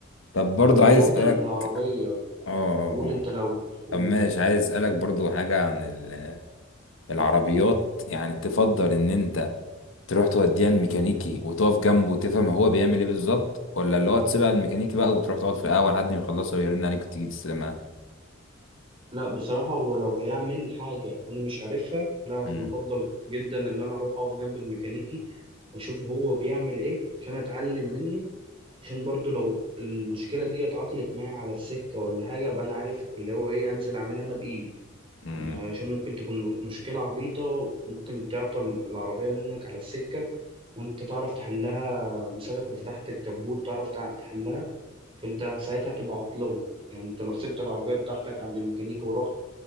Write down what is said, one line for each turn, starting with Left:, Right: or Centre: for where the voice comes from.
Left: طب برضه
Right: طب انت بتفضل
Left: عايز اسالك
Right: العربية
Left: اه اه
Right: قول انت
Left: آه.
Right: لو قول
Left: طب ماشي عايز اسالك برضو حاجه عن ال- العربيات يعني تفضل ان انت تروح توديها الميكانيكي وتقف جنبه وتفهم هو بيعمل ايه بالظبط ولا اللي هو تسيبها الميكانيكي بقى وتروح تقعد في القهوه لحد ما يخلصها ويرن عليك وتيجي تستلمها
Right: لا بصراحة هو لو هيعمل حاجة انا مش عارفها لا
Left: امم
Right: فانا افضل جدا اللي انا اروح اقف جنب الميكانيكي واشوف هو بيعمل ايه عشان اتعلم منه عشان برضو لو المشكلة دي اتعطلت معايا على السكة ولا حاجة ابقى انا عارف اللي هو ايه انزل اعملها انا بايدي
Left: امم
Right: عشان ممكن تكون مشكلة عبيطة ممكن تعطل العربية منك على السكة وانت تعرف تحلها مسافة ما فتحت الكبوت تعرف تع- تحلها فانت ساعتها هتبقى عطلان يعني انت لو سبت العربية بتاعتك عند الميكانيكي ورحت